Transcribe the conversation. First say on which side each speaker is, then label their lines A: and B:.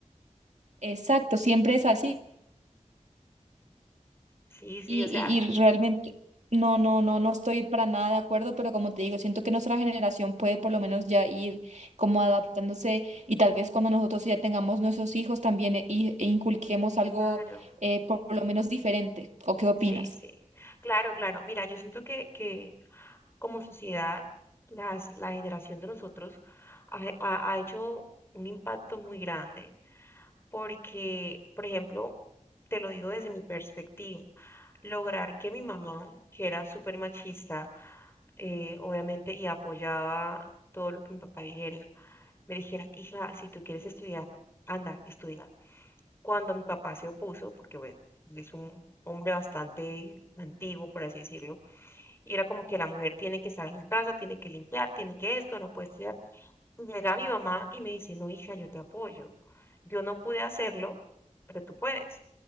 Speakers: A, on the right; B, on the left.
A: exacto, siempre es así.
B: Sí, sí,
A: Y,
B: o sea,
A: y, y realmente, no, no, no, no estoy para nada de acuerdo, pero como te digo, siento que nuestra generación puede por lo menos ya ir como adaptándose y tal vez cuando nosotros ya tengamos nuestros hijos también eh, y- e, inculquemos algo
B: claro,
A: eh, por lo menos diferente. ¿O qué opinas?
B: sí, sí. Claro, claro. Mira, yo siento que, que como sociedad, las, la generación de nosotros ha, ha- ha hecho un impacto muy grande porque, por ejemplo, te lo digo desde mi perspectiva, lograr que mi mamá, que era súper machista, eh, obviamente, y apoyaba todo lo que mi papá dijera, me dijera, hija, si tú quieres estudiar, anda, estudia. Cuando mi papá se opuso, porque bueno, él es un hombre bastante antiguo, por así decirlo, y era como que la mujer tiene que estar en la casa, tiene que limpiar, tiene que esto, no puede estudiar. Y llega mi mamá y me dice, no, hija, yo te apoyo. Yo no pude hacerlo, pero tú puedes.